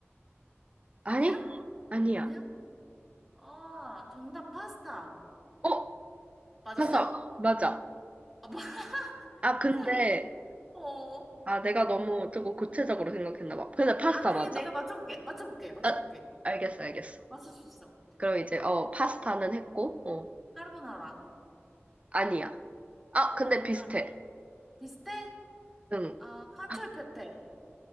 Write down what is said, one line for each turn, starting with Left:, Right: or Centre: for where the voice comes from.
Right: 아니?
Centre: 아니야?
Right: 아니야.
Centre: 아니야? 아, 정답 파스타.
Right: 어?
Centre: 맞았어?
Right: 파스타. 맞아.
Centre: 아, 마- <laughs>
Right: 아, 근데,
Centre: 어.
Right: 아, 내가 너무 조금 구체적으로 생각했나 봐. 근데 파스타
Centre: 아, 그래,
Right: 맞아.
Centre: 내가 맞춰볼게. 맞춰볼게. 맞춰볼게.
Right: 아, 알겠어, 알겠어.
Centre: 맞출 수 있어.
Right: 그럼 이제, 어,
Centre: 어,
Right: 파스타는 했고, 어,
Centre: 까르보나라.
Right: 아니야. 아, 근데
Centre: 그러면
Right: 비슷해.
Centre: 비슷해?
Right: 응.
Centre: 아, 카츄페페.
Right: <laughs>